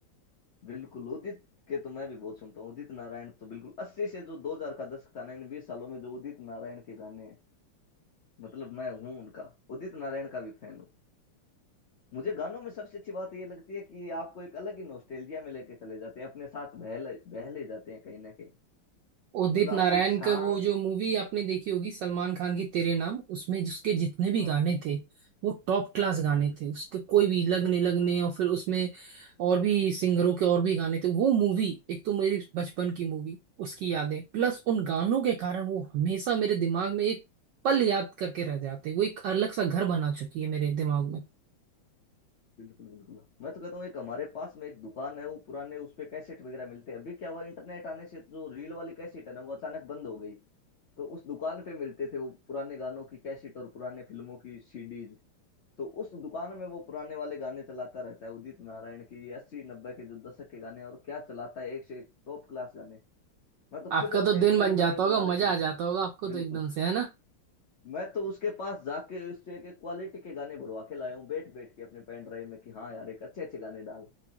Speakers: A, on the left; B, on the right.
A: बिल्कुल उदित के तो मैं भी बहुत सुनता हूँ उदित नारायण तो बिल्कुल अस्सी से जो दो हजार का दशक था ना इन बीस सालों में जो उदित नारायण के गाने हैं मतलब मैं हूँ उनका उदित नारायण का भी फैन हूँ मुझे गानों में सबसे अच्छी बात ये लगती है कि ये आपको एक अलग ही नोस्टेल्जिया में लेके चले जाते हैं अपने साथ बह ले- बह ले जाते हैं कहीं ना कहीं
B: Udit
A: मतलब
B: Narayan
A: आपको एक शांत
B: का वो जो मूवी आपने देखी होगी सलमान खान की तेरे नाम उसमें जिसके जितने भी
A: हाँ
B: गाने थे वो टॉप क्लास गाने
A: बिल्कुल
B: थे उसके कोई भी लगने लगने और फिर उसमें और भी सिंगरों के और भी गाने थे वो मूवी एक तो मेरी बचपन की मूवी उसकी यादें प्लस उन गानों के कारण वो हमेशा मेरे दिमाग में एक पल याद करके रह जाते वो एक अलग सा घर बना चुकी है मेरे दिमाग में
A: बिल्कुल बिल्कुल मैं तो कहता हूँ एक हमारे पास में एक दुकान है वो पुराने उस पे कैसेट वगैरह मिलते हैं अभी क्या हुआ इंटरनेट आने से जो रील वाली कैसेट है ना वो अचानक बंद हो गई तो उस दुकान पे मिलते थे वो पुराने गानों की कैसेट और पुराने फिल्मों की सीडीज तो उस दुकान में वो पुराने वाले गाने चलाता रहता है उदित नारायण की अस्सी नब्बे के जो दशक के गाने हैं, और क्या चलाता है एक से एक टॉप क्लास गाने मैं तो
B: आपका
A: खुद अपने
B: तो
A: एक
B: दिन
A: पेन
B: बन
A: ड्राइव
B: जाता होगा
A: बना रखी
B: मजा
A: है
B: आ जाता होगा आपको
A: बिल्कुल
B: तो एकदम से है ना?
A: मैं तो उसके पास जाके उससे एक क्वालिटी के गाने भरवा के लाया हूँ बैठ बैठ के अपने पेन ड्राइव में कि हाँ यार एक अच्छे अच्छे गाने डाल